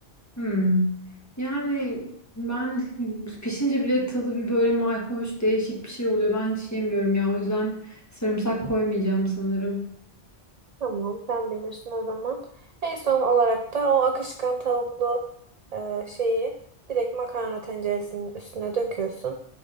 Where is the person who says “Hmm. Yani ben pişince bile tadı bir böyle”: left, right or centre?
Left